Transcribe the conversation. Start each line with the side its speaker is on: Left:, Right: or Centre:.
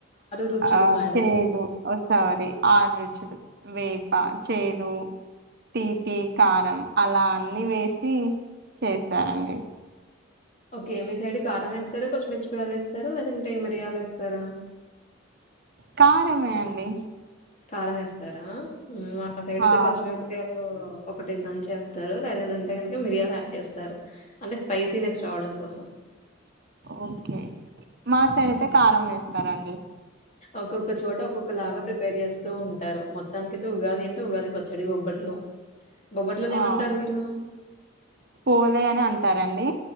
Left: రుచులు
Right: ఆ
Left: మేడం.
Right: చేదు ఒసారి ఆర్ రుచులు వేపా చేదు తీపి కారం అలా అన్ని వేసి చేసారండి
Left: ఓకే మీ సైడ్ కారం వేస్తార పచ్చిమిరపకాయల్ ఎస్తారా లేదంటే మిరియాలు ఎస్తారా
Right: కారమే అండి
Left: కారం ఎస్తారా మా సైడ్ అయితే
Right: ఆ
Left: పచ్చిమిపకాయలు ఒకటి దంచేస్తారు లేదన్న ఉంటే గనక మిరియాలు యాడ్ చేస్తారు అంటే స్పైసీనెస్ రావడం కోసం
Right: ఓకే మా సైడ్ అయితే కారం వేస్తారండి
Left: ఒక్కొక్క చోట ఒక్కొక్క లాగా ప్రిపేర్ చేస్తూ ఉంటారు మొత్తానికికైతే ఉగాది అంటే ఉగాది పచ్చడి బొబ్బట్లు లు బొబ్బట్ల అని ఏమంటారు
Right: ఆ
Left: మీరు
Right: పోలే అని అంటారండి